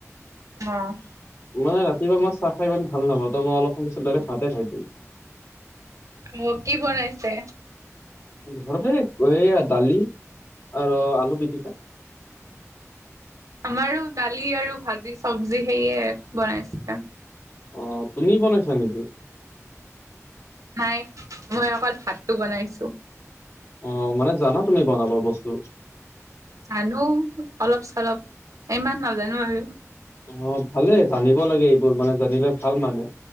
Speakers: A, on the right; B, on the left.
A: অ'।
B: মান ৰাতিপুৱাই চাহ খাই ইমান ভাল নাপাওঁ ত মই অলপ সময় পিত ডাইৰেক ভতে খাই দিম।
A: মোক কি বনাইছে?
B: ঘৰত এইয়া দালি আৰু আলু পিটিকা।
A: আমাৰো দালি আৰু ভাজি চবজি সেয়ে বনাইছিলে।
B: অ', তুমি বনাইছা নেকি?
A: নাই মই অকল ভাতটো বনাইছো।
B: অ', মানে জানা তুমি বনাব বস্তু?
A: জানো অলপ চলপ ইমান নাজানো আৰু।
B: অ', ভালেই জানিব লাগে এইবোৰ মানে জানিলে ভাল মানে।